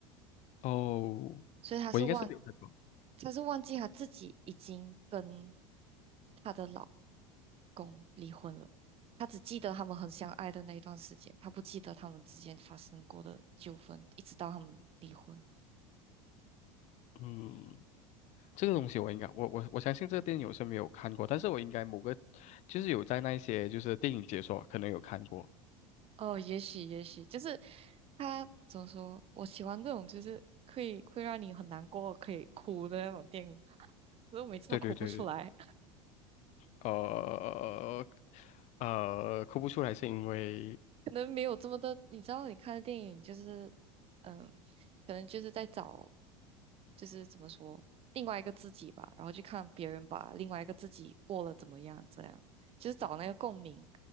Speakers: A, on the left; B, on the right.
A: 哦，
B: 所以他是忘，
A: 我应该是没有看过。
B: 他是忘记他自己已经跟他的老公离婚了，他只记得他们很相爱的那一段时间，他不记得他们之间发生过的纠纷，一直到他们离婚。
A: 嗯，这个东西我应该，我我我相信这个电影我是没有看过，但是我应该某个就是有在那一些就是电影解说可能有看过。
B: 哦，也许，也许就是他怎么说？我喜欢这种，就是可以会让你很难过，可以哭的那种电影。可是我每次都哭不出来。
A: 对对对对呃呃，哭不出来是因为，
B: 可能没有这么多，你知道，你看的电影就是，嗯，可能就是在找，就是怎么说，另外一个自己吧，然后去看别人把另外一个自己过了怎么样，这样就是找那个共鸣。